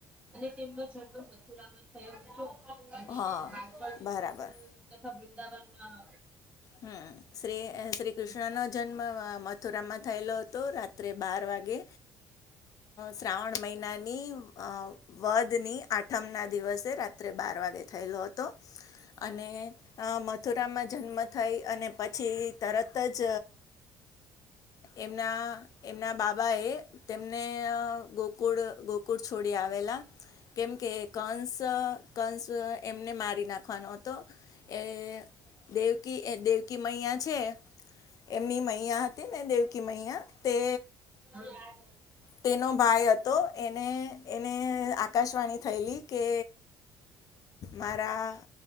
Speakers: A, on the right; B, on the left.
A: અને તેમનો જન્મ મથુરામાં થયો હતો <unintelligible>
B: હા બરાબર
A: તથા વૃંદાવન હા
B: હમ શ્રી શ્રી
A: હતું
B: કૃષ્ણ
A: હા
B: નો જન્મ મથુરામાં થયેલો હતો રાત્રે બાર વાગે શ્રાવણ મહિનાની અ વધની આઠમના દિવસે રાત્રે બાર વાગે થયેલો હતો.
A: હમ
B: અને અ મથુરામાં જન્મ થઈ અને પછી તરત જ એમના એમના બાપા બાબા એ તેમને ગોકુળ ગોકુળ છોડી આવેલા કેમકે કંસ કંસ એમને મારી નાખવાનો હતો એ દેવ એ દેવકી મૈયા છે એમની મૈયા હતી ને દેવકી મૈયા તે
A: હા
B: તેનો ભાઈ હતો એને એને આકાશવાણી થયેલી કે મારા